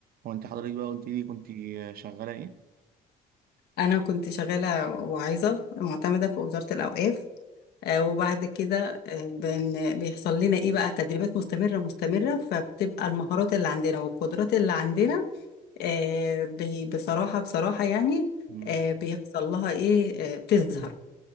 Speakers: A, on the right; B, on the left.
A: هو انت حضرتك بقى قلت لي كنت شغالة ايه؟
B: أنا كنت شغالة واعظة معتمدة في وزارة الأوقاف آه، وبعد كده آه، بن- بيحصل لنا إيه بقى تدريبات مستمرة مستمرة فبتبقى المهارات اللي عندنا والقدرات اللي عندنا آه، بي- بصراحة بصراحة يعني
A: مم.
B: آه، بيحصل لها إيه آه، بتظهر